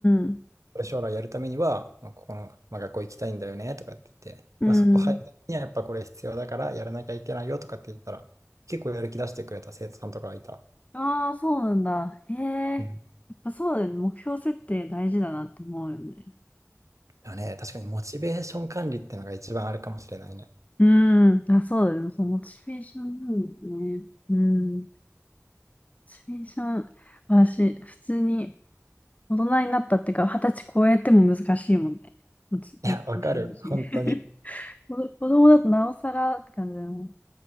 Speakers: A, on the left; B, on the right.
A: ん。
B: これ将来やるためには、まあ、ここの、まあ、学校行きたいんだよねとかって言って、
A: うん。
B: まあ、そこ入るにはやっぱこれ必要だからやらなきゃいけないよとかって言ったら、結構やる気出してくれた生徒さんとかがいた。
A: ああ、そうなんだ。へえ。や
B: うん。
A: っぱそうだよね。目標設定大事だなって思うよね。
B: だね、確かにモチベーション管理ってのが一番あれかもしれないね。
A: うん。あ、そうだよね。そう、モチベーションなんだよね。うん。モチベーション、私、普通に大人になったっていうか、二十歳超えても難しいもんね。モチ、
B: いや、
A: モチベーション維持
B: わかる。本当に。
A: <laughs> 子供子供だとなおさらって感じだよ。